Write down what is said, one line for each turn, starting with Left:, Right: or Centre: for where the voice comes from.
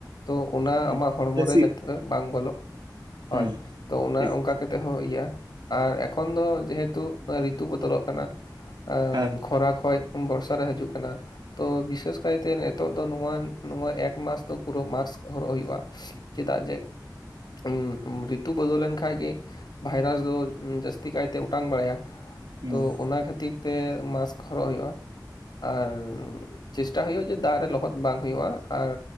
Left: ᱛᱚ ᱚᱱᱟ
Right: ᱦᱮᱸ
Left: ᱟᱢᱟᱜ ᱦᱚᱲᱢᱚᱨᱮ
Right: ᱡᱟᱹᱥᱤᱫ
Left: ᱡᱟᱛᱮ ᱵᱟᱝ ᱵᱚᱞᱚᱜ
Right: ᱦᱩᱸ
Left: ᱦᱳᱭ ᱛᱚ ᱚᱱᱟ
Right: ᱴᱷᱤᱠ
Left: ᱚᱱᱠᱟ ᱠᱟᱛᱮᱜ ᱦᱚᱸ ᱤᱭᱟᱹᱜᱼᱟ ᱟᱨ ᱮᱠᱷᱚᱱ ᱫᱚ ᱡᱮᱦᱮᱛᱩ ᱨᱤᱛᱩ ᱵᱚᱫᱚᱞᱚᱜ ᱠᱟᱱᱟ ᱟᱹᱵ
Right: ᱦᱮᱸ
Left: ᱠᱷᱚᱨᱟ ᱠᱷᱚᱡ ᱵᱚᱨᱥᱟ ᱨᱮ ᱦᱟᱡᱩᱜ ᱠᱟᱱᱟ ᱛᱚ ᱵᱤᱥᱮᱥ ᱠᱟᱭᱛᱮ ᱱᱤᱛᱚᱜ ᱫᱚ ᱱᱚᱣᱟ ᱱᱚᱣᱟ ᱮᱠᱢᱟᱥ ᱫᱚ ᱯᱩᱨᱟᱹ ᱢᱟᱠᱥ ᱦᱚᱨᱚᱜ ᱦᱩᱭᱩᱜᱼᱟ ᱪᱮᱫᱟᱜ ᱡᱮ ᱟᱹᱵ ᱩᱸ ᱨᱤᱛᱩ ᱵᱚᱫᱚᱞ ᱞᱮᱱᱠᱷᱟᱡ ᱜᱮ ᱵᱷᱟᱭᱨᱟᱥ ᱫᱚ ᱡᱟᱹᱥᱛᱤ ᱠᱟᱭᱛᱮ ᱚᱴᱟᱝ ᱵᱟᱲᱟᱭᱟ
Right: ᱦᱩᱸ
Left: ᱛᱚ ᱚᱱᱟ ᱠᱷᱟᱹᱛᱤᱨ ᱛᱮ ᱢᱟᱥᱠ ᱦᱚᱨᱚᱜ ᱦᱩᱭᱩᱜᱼᱟ᱾ ᱟᱨ ᱪᱮᱥᱴᱟ ᱦᱩᱭᱩᱜᱼᱟ ᱡᱮ ᱫᱟᱜ ᱨᱮ ᱞᱚᱦᱚᱫ ᱵᱟᱝ ᱦᱩᱭᱩᱜᱼᱟ ᱟᱨ